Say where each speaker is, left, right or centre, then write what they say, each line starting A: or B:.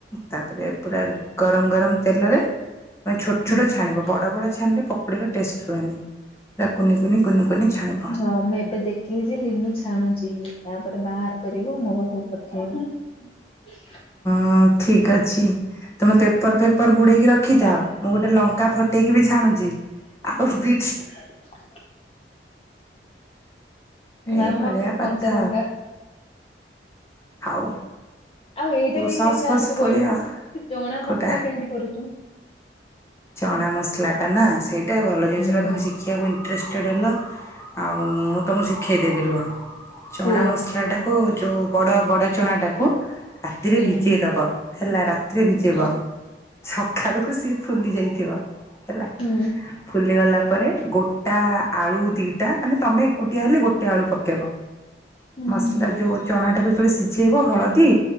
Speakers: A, on the left; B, on the left.
A: ତାପରେ ପୁରା ଗରମ ଗରମ ତେଲରେ ଛୋଟ
B: ହୁଁ
A: ଛୋଟ ଛାଣିବ। ବଡ ବଡ ଛାଣିଲେ ପକୁଡିର ଟେଷ୍ଟ ରୁହେନି। ପୁରା କୁନିି କୁନି କୁନି ଛାଣିବ
B: ହଉ ମୁଁ ଏବେ ଦେଖିଲି ଯେ ଲିନୁ ଛାଣୁଚି। ତାପରେ ବାହାର କରିବ ମୋ ପାଖକୁ ସବୁ ପଠେଇବ।
A: ହଁ ଠିକ୍ ଅଛି। ତମେ ପେପର ଫେପର ଗୁଡେଇକି ରଖିଥାଅ। ମୁଁ ଗୋଟେ ଲଙ୍କା ଫଟେଇକି ବି ଛାଣୁଚି। ଆଉ ବି
B: <inaudible>
A: ଏଇଭଳିଆ
B: ମ୍ୟାମ୍ ମୋର ଟିକେ
A: କଥା
B: କଞ୍ଚାଲଙ୍କା
A: ଆଉ ହଉ।
B: ଆଉ ଏଇଟା ଟିକେ
A: ସସ୍
B: କେମତି ଜାଣିଚୁ
A: ଫସ୍ ପଡ଼ିବ।
B: କହିଲୁ। ସେ ଚଣା
A: କୋଉଟା
B: ମସଲା କେମତି କରୁଚୁ?
A: ଚଣା ମସଲାଟା ନା ସେଇଟା ଭଲ ଜିନିଷଟା
B: ହୁଁ।
A: ତୁମେ ଶିଖିବାକୁ ଇଣ୍ଟରେଷ୍ଟେଡ଼୍ ହେଲ ଆଉ ମୁଁ ତୁମକୁ ଶିଖାଇଦେବି ରୁହ। ଚଣା
B: କୁହ
A: ମସଲାଟା ବୋ ଯୋଉ ବଡ ବଡ ଚଣାଟାକୁ ରାତିରେ
B: ହୁଁ
A: ଭିଜେଇଦବ ହେଲା, ରାତିରେ
B: ହୁଁ
A: ଭିଜେଇବ। ସକାଳକୁ ସିଏ ଫୁଲି ଯାଇଥିବ ହେଲା।
B: ହୁଁ
A: ଫୁଲିଗଲା ପରେ ଗୋଟା ଆଳୁ ଦିଇଟା, ମାନେ ତମେ ଏକୁଟିଆ ହେଲେ ଗୋଟେ ଆଳୁ ପକେଇବ।
B: ହୁଁ।
A: ମସଲା ଯୋଉ ଚଣା ଟାକୁ ଯେତେବେଳେ ସିଝେଇବ ହଳଦୀ